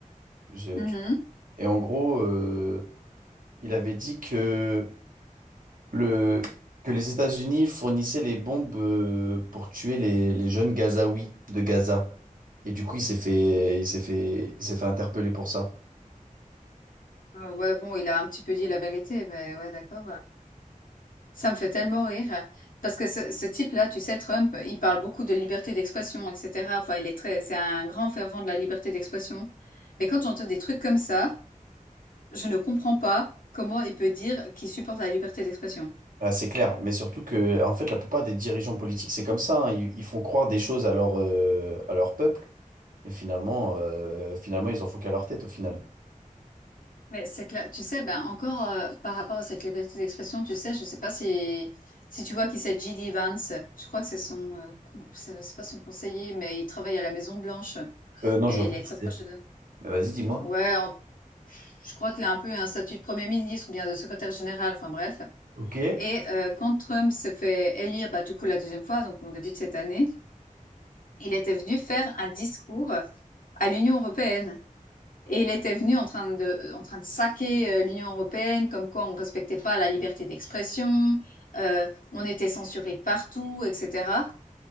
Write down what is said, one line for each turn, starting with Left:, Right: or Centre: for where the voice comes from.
Right: Je-
Left: Mmh
Right: tu-
Left: mh.
Right: et en gros, euh, Il avait dit que, le, que les États-Unis fournissaient les bombes euh, pour tuer les, les jeunes Gazaouis de Gaza. Et du coup, il s'est fait, il s'est fait, il s'est fait interpeller pour ça.
Left: ouais, bon, il a un petit peu dit la vérité, mais ouais, d'accord. Ça me fait tellement rire parce que ce ce type-là, tu sais, Trump, il parle beaucoup de liberté d'expression et cetera. Enfin, il est très c'est un grand fervent de la liberté d'expression. Mais quand j'entends des trucs comme ça, je ne comprends pas comment il peut dire qu'il supporte la liberté d'expression.
Right: Ouais, c'est clair, mais surtout que, en fait, la plupart des dirigeants politiques, c'est comme ça, hein. Ils, ils font croire des choses à leur, euh, à leur peuple, et finalement, euh, finalement, ils en font qu'à leur tête au final.
Left: Mais c'est clair. Tu sais, ben encore euh, par rapport à cette liberté d'expression, tu sais, je sais pas si si tu vois qui c'est J.D. Vance. Je crois que c'est son euh, con- c'est c'est pas son conseiller, mais il travaille à la Maison Blanche
Right: Euh, non,
Left: et
Right: je vois
Left: il
Right: pas
Left: est
Right: qui
Left: très
Right: c'est.
Left: proche de. Donald-
Right: Mais vas-y, dis-moi.
Left: Ouais, en- je crois qu'il a un peu un statut de premier ministre ou bien de secrétaire général. Enfin bref.
Right: Ok.
Left: Et euh, quand Trump s'est fait élire, bah, du coup la deuxième fois, donc au début de cette année, il était venu faire un discours à l'Union européenne. Et il était venu en train de, euh, en train de saquer euh, l'Union européenne, comme quoi on ne respectait pas la liberté d'expression, euh, on était censuré partout, etc.